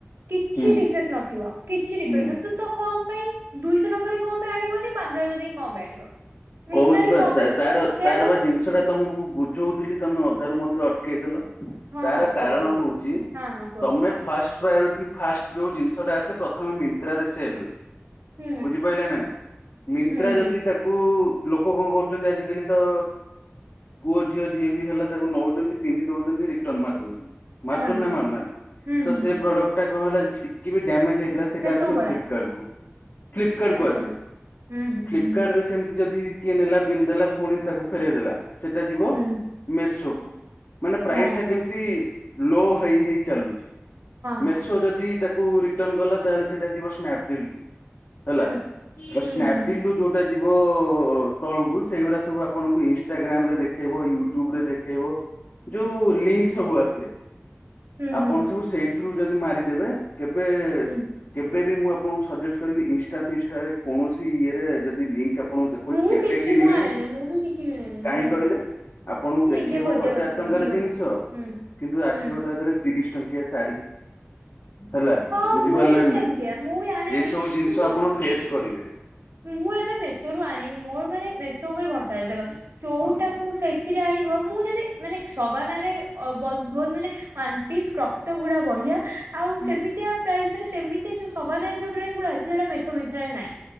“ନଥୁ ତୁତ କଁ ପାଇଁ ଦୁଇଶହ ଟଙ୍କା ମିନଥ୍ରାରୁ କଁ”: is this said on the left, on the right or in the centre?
Right